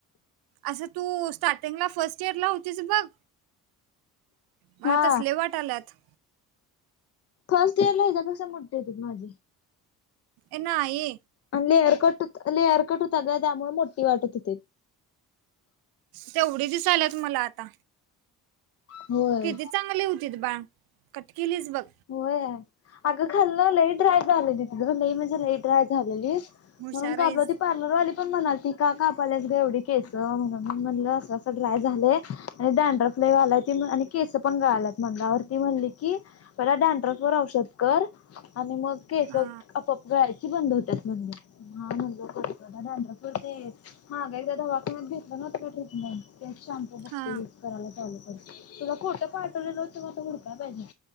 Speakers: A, on the right (about 85°); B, on the left (about 45°).
A: असं तू स्टार्टिंगला फर्स्ट इयर ला होतीस बघ. मला
B: हा
A: तसले वाटाल्यात.
B: फर्स्ट इयरला हेच्या पेक्षा मोठे होते माझे.
A: ए ना आई.
B: आणि लेअरकट लेअरकट होता का त्यामुळे मोठी वाटत होते.
A: तेवढे दिसाल्यात मला आता.
B: होय.
A: किती चांगली होतीत बाळ कट केलीच बघ.
B: होय अगं खाल्लं लई ड्राय झालेली तिथ लई म्हणजे लई ड्राय झालेली.
A: हुशार
B: म्हणून कापलं
A: आहेस
B: ते. पार्लर वाली पण म्हणाली ती का कापाल्यास ग एवढी केस म्हणून म्हणलं असं असं ड्राय झालंय. आणिडेंड्रफ लय वाले ती म्ह- केस पण गळाल्यात गळाल्यात ती म्हटली की पला डॅनड्रफवर औषध कर, आणि मग केस
A: हा
B: आपोआप गळायची बंद होत म्हण. हा म्हणलोत डॅनड्रफ पर ते माग एकदा दवाखान्यात घेतल नव्हत का ट्रिटमेंट. बघतो
A: हा
B: युज करायला चालू कर तुला फोटो पाटवलेलं ते हुडकायला पाहिजे.